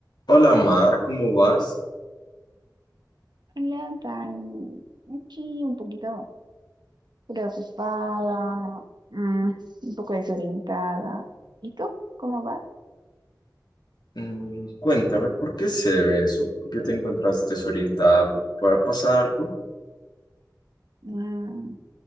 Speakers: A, on the left (about 75°); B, on the right (about 80°).
A: Hola Mar, ¿cómo vas?
B: Hola, Dani. Aquí un poquito preocupada, mm, un poco desorientada. ¿Y tú? ¿Cómo vas?
A: Mm, cuéntame, ¿por qué se ve eso? ¿Por qué te encuentras desorientada? ¿Para pasar algo?
B: Mm,